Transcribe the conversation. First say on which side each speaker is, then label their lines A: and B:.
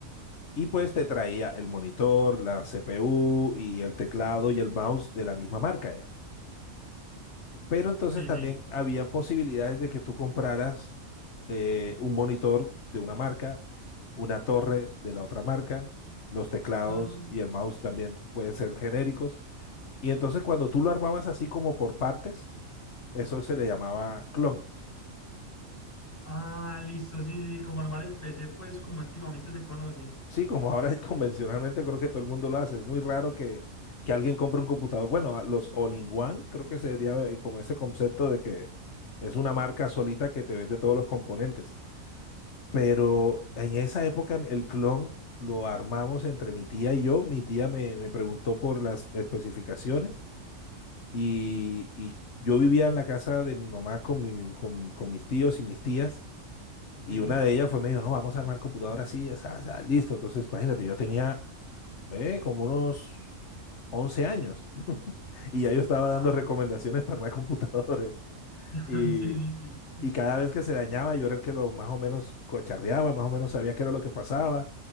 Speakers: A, on the left (about 60°); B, on the left (about 45°).
A: Y pues te traía el monitor, la CPU y el teclado y el mouse de la misma marca ya. Pero entonces
B: Sí,
A: también
B: sí.
A: habían posibilidades de que tú compraras eh, un monitor de una marca, una torre de la otra marca, los teclados
B: Ah,
A: y el mouse también pueden ser genéricos y entonces cuando tú lo armabas así como por partes, eso se le llamaba clon.
B: ah, listo, sí, sí, sí, como armar el PC, pues como últimamente se conoce.
A: Sí, como ahora <laughs> convencionalmente creo que todo el mundo lo hace. Es muy raro que, que alguien compre un computador. Bueno, a los all-in-one creo que se debería eh, como ese concepto de que es una marca solita que te vende todos los componentes. Pero en esa época el clon lo armamos entre mi tía y yo. Mi tía me, me preguntó por las especificaciones y, y yo vivía en la casa de mi mamá con, mi- con con mis tíos y mis tías. Y
B: Sí.
A: una de ellas fue, me dijo, no, vamos a armar computadora así, asá, asá, listo. Entonces, imagínate, yo tenía eh, como unos 11 años y ya yo estaba dando
B: Ah,
A: recomendaciones para armar <laughs> computadores.
B: <laughs>
A: Y,
B: sí, sí, sí.
A: y cada vez que se dañaba, yo era el que lo más o menos cocharreaba, más o menos sabía qué era lo que pasaba.